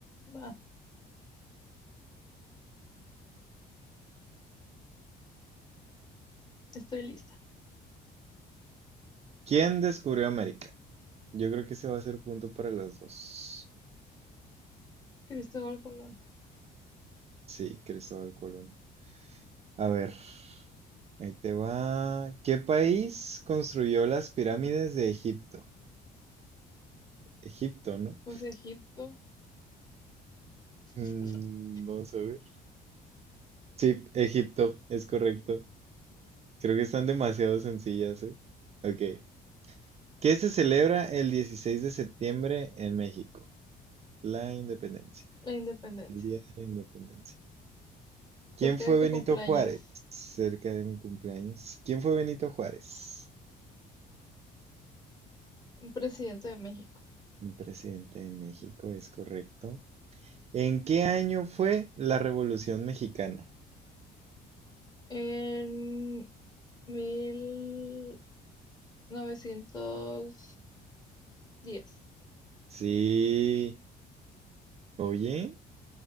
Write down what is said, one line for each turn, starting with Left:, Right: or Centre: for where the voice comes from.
Left: va, estoy lista.
Right: ¿Quién descubrió América? Yo creo que ese va a ser punto para las dos.
Left: Cristóbal Colón,
Right: Sí, Cristóbal Colón. A ver, ahí te va. ¿Qué país construyó las pirámides de Egipto? Egipto, ¿no?
Left: pues Egipto,
Right: Mm,
Left: <laughs>
Right: vamos a ver. Sí, Egipto, es correcto. Creo que están demasiado sencillas, ¿eh? Ok. ¿Qué se celebra el 16 de septiembre en México? La independencia.
Left: la independencia.
Right: El Día de la Independencia. ¿Quién
Left: Cerca
Right: fue
Left: de tu
Right: Benito
Left: cumpleaños,
Right: Juárez? Cerca de mi cumpleaños. ¿Quién fue Benito Juárez?
Left: un presidente de México.
Right: Un presidente de México, es correcto. ¿En qué año fue la Revolución Mexicana?
Left: En mil novecientos diez,
Right: Sí. Oye,